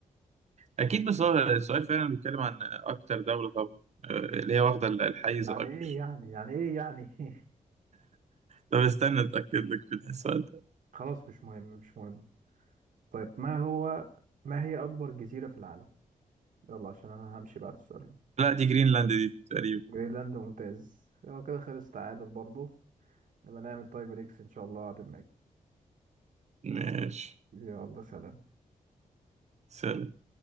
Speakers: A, on the right (about 55°); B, on the right (about 70°).
A: اكيد بس هو السؤال فعلا بيتكلم عن اكتر دوله طبعا آه، اللي هي واخده الحيز
B: يعني
A: الاكبر
B: إيه يعني يعني إيه يعني <laughs>
A: طب استنى اتاكد لك في السؤال ده
B: خلاص مش مهم مش مهم طيب ما هو ما هي أكبر جزيرة في العالم؟ يلا عشان أنا همشي بعد السؤال ده
A: لا دي جرينلاند دي تقريبا
B: جرينلاند ممتاز هو كده خلص تعادل برضو نبقى نعمل تاي بريكس إن شاء الله هعدل معاك
A: ماشي
B: يلا سلام
A: سلام